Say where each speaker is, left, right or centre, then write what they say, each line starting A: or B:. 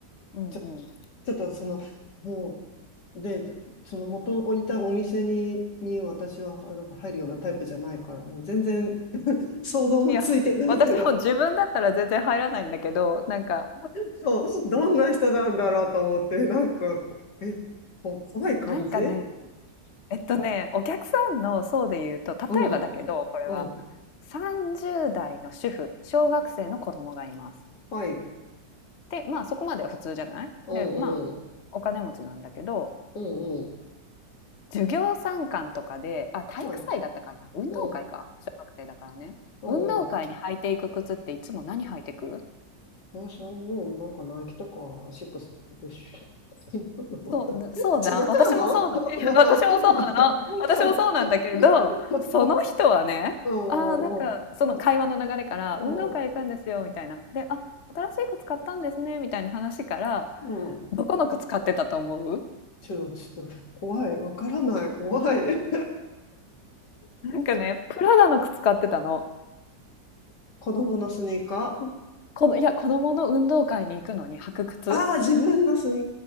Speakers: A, on the left; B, on the left.
A: うんうん、
B: ちょ、
A: い
B: ちょっとその、もう、で、その元をいたお店に、に私はなんか入るようなタイプじゃないから、もう全然想像もついてないけど。
A: や私も自分だったら全然入らないんだけどなんか
B: そう、どんな人なんだろうと思って、なんかこ、え、こ、怖い感じ
A: なんかねえっとねお客さんの層で言うと例えばだけどこれは
B: うん、うん、
A: 30代の主婦小学生の子供がいます。
B: はい、
A: でまあそこまでは普通じゃないでまあ
B: うんうん、
A: お金持ちなんだけど
B: うんうん、
A: 授業参観とかであ体育祭だったかな運動会か小学生だからね運動会に履いていく靴っていつも何履いてく
B: はい、うん、うんうん。私はもうなんかナイキとかシックスでしょ。<laughs>
A: そうそうじゃん私もそうなの
B: 違うの
A: <laughs> 私もそうなの私もそうなんだけどその人はねあーなんかその会話の流れから運動会行くんですよみたいなであ新しい靴買ったんですねみたいな話から
B: <laughs> そう。<laughs> うんうんうんうん。
A: どこの靴買ってたと思う
B: ちょっと、ちょっと、怖い。わからない。怖い。
A: なんかねプラダの靴買ってたの。
B: <laughs> 子供のスニーカー
A: この、いや、子供の運動会に行くのに履く靴
B: ああー、自分のスニ